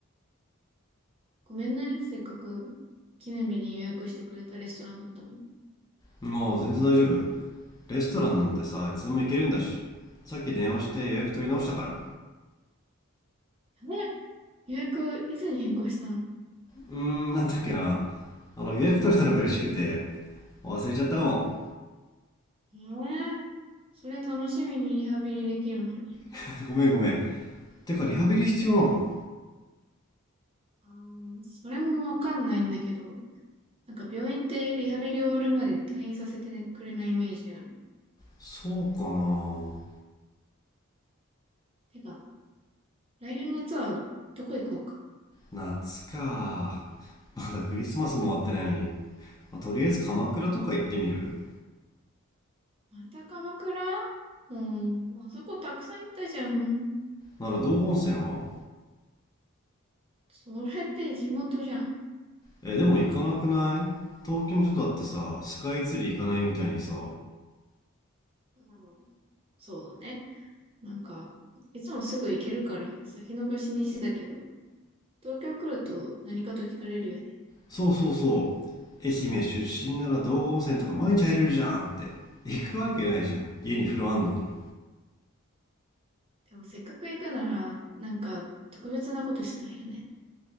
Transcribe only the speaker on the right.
ごめんね。せっかく記念日に予約してくれたレストランだったのに。
あれ予約いつに変更したの
ええそりゃ楽しみにリハビリできるのに。
あーそれもわかんないんだけど、なんか病院ってリハビリ終わるまで退院させてねくれないイメージある。
てか、来年の夏はどこ行こうか。
また鎌倉もう、あそこたくさん行ったじゃん。
それって地元じゃん。
うんそうだね。なんか、いつもすぐ行けるから先延ばしにしてたけど、東京来ると何かと聞かれるよね。
でもせっかく行くなら、なんか特別なことしたいよね。